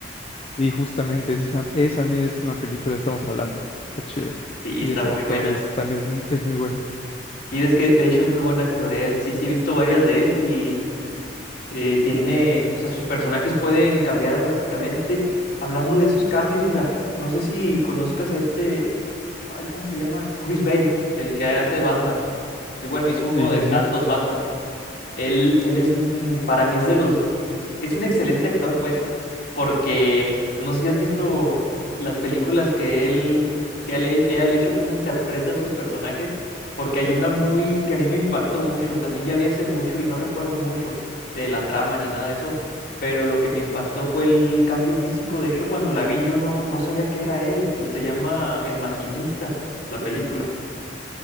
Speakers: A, on the left; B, on the left.
A: Y justamente esa, esa misma película estamos hablando. Está chida.
B: Sí,
A: Y
B: está
A: ese
B: muy
A: actor
B: buena.
A: es también es mu- es muy bueno.
B: Y es que de hecho es muy buen actor él, sí, sí, he visto varias de él y eh, tiene, o sea, sus personajes pueden cambiar drásticamente. Hablando de esos cambios, mira, no sé si conozcas a este, ay, ¿cómo se llama? Chris Bale, el que hace Batman. Y bueno, hizo uno
A: Sí,
B: de
A: sí,
B: tantos
A: sí.
B: Batman. Él, él es, mm, para mí es de los, es un excelente actor, pues, porque no sé si has visto las películas que él, que él, he- él ha hecho, cómo interpreta a sus personajes, porque hay una muy, que a mí me impactó mucho, que también ya vi hace mucho y no recuerdo mucho de la trama ni nada de eso, pero lo que me impactó fue el cambio físico. De hecho, cuando la vi yo no, no sabía que era él. La- Se llama El Maquinista, la película.